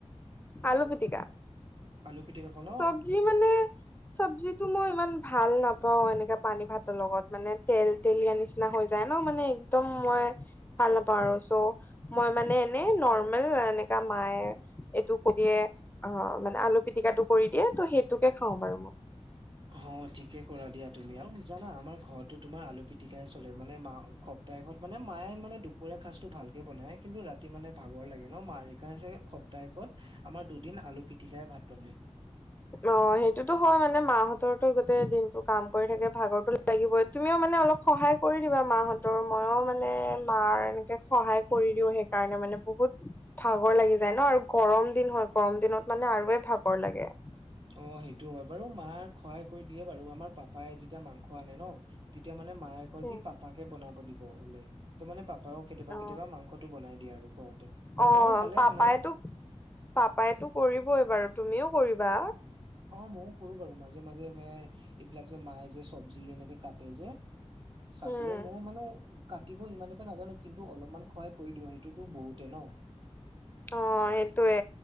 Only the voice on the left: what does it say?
আলু পিটিকা।
চব্জি মানে চব্জি মই ইমান ভাল নাপাও এনেকে পানী ভাতৰ লগত মানে তেল তেলীয়া নিচিনা হৈ যায় ন মানে একদম মই ভাল নাপাওঁ আৰু চ' মই মানে এনে নৰ্মেল এনেকা মায়ে এইটো কৰি দিয়ে অ' মানে আলু পিটিকাটো কৰি দিয়ে ত সেইটোকে খাও বাৰু মই
অ' সেইটোতো হয় মানে মাহঁতৰতো গোটেই দিনটো কাম কৰি থাকে ভাগৰতো লাগিবই। তুমিও মানে অলপ সহায় কৰি দিবা মাহঁত মইয়ো মানে মাৰ এনেকে সহায় কৰি দিও সেইকাৰণে মানে বহুত ভাগৰ লাগি যায় ন আৰু গৰম দিন হয় গৰম দিনত মানে আৰুে ভাগৰ লাগে।
উম,
অ
অ
পাপাইতো
পাপাইতো কৰিবই বাৰু তুমিও কৰিবা।
উম
অ' সেইটোয়ে